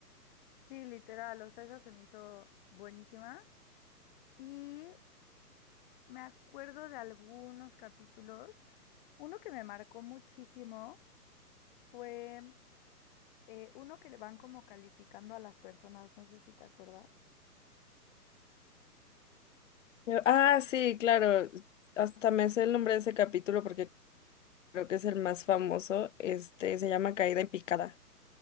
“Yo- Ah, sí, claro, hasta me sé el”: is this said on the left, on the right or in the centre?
Left